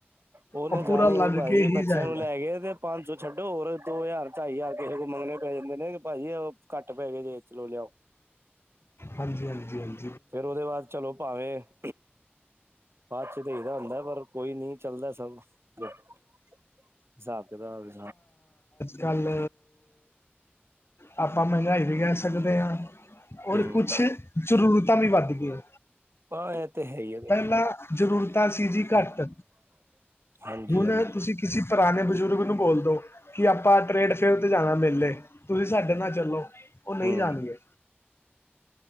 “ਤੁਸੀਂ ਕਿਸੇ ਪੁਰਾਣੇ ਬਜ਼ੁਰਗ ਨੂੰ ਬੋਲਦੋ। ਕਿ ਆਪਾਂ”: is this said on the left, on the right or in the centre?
Left